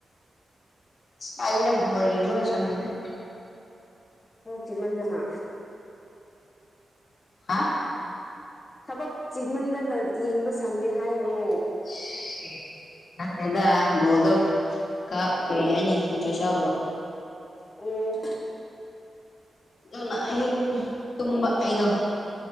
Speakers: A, on the left; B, on the left.
A: ꯏꯁ ꯀꯥꯏꯗꯩꯅꫭ ꯕꫭꯜ ꯌ‌ꯦꯡꯕꯒꯥ ꯁꯪꯗ‌ꯦꯗꯥ
B: ꯊꯕꯛ ꯆꯤꯟꯃꯟꯗꯅꯥ
A: ꯍꯥ
B: ꯊꯕꯛ ꯆꯤꯟꯃꯟꯗꯅ ꯌꯦꯡꯕ ꯁꯪꯗꯦ ꯍꯥꯏꯔꯣ
A: ꯁꯤ ꯅꯠꯇꯦꯗ ꯕꫭꯜꯗꫭ ꯀꯥ ꯀꯔꯤ ꯍꯥꯏꯅꯤ ꯏꯟꯇ꯭ꯔ‌ꯦꯁ ꯌꯥꯎꯗꯕ
B: ꯑꯣ
A: ꯑꯗꯨꯅꯥ ꯑꯩ ꯇꯨꯝꯕ ꯑꯩꯗꯣ